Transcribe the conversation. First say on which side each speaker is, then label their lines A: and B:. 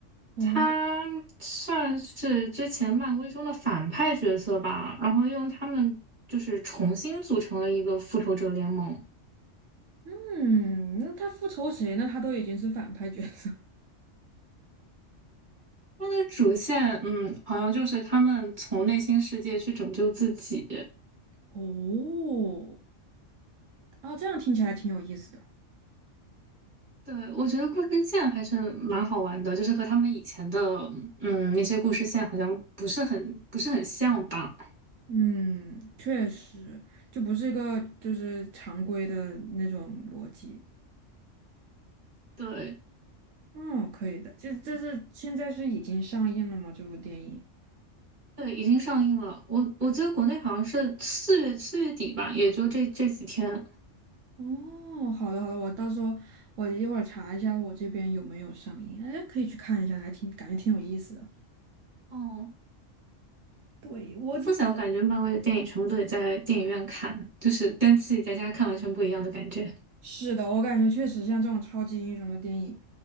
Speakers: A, on the right; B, on the right.
A: 哦，
B: 他算是之前漫威中的反派角色吧，然后用他们就是重新组成了一个复仇者联盟。
A: 嗯，那他复仇谁呢？他都已经是反派角色了
B: 它的主线，嗯，好像就是他们从内心世界去拯救自己，
A: 哦，啊，这样听起来挺有意思的。
B: 对，我觉得故事线还是蛮好玩的，就是和他们以前的嗯那些故事线好像不是很不是很像吧？
A: 嗯，确实，就不是一个就是常规的那种逻辑。
B: 对
A: 嗯，可以的。就这是现在是已经上映了吗？这部电影？
B: 对，已经上映了，我我记得国内好像是四月四月底吧，也就这这几天。
A: 哦，好的好的，我到时候我一会儿查一下我这边有没有上映，哎，可以去看一下，还挺感觉挺有意思的。
B: 嗯，
A: 对，我就是
B: 怎么说起来，我感觉漫威的电影全部都得在电影院看，就是跟自己在家看完全不一样的感觉。
A: 是的，我感觉确实像这种超级英雄的电影，